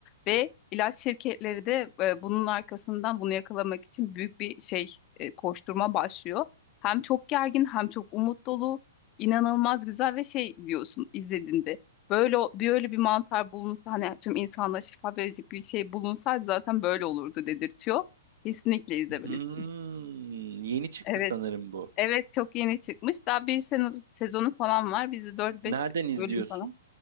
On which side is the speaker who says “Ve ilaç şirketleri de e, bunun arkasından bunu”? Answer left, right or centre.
Left